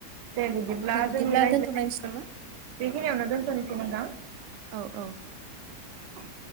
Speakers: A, on the right; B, on the right.
A: दे बिदिब्ला
B: दे बिदिब्ला
A: जोंनि राय्लायनायखौ
B: दोनथ'लायनोसै नामा?
A: बेखिनियावनो दोनथ'नोसै नोंथां।
B: औ औ
A: दे।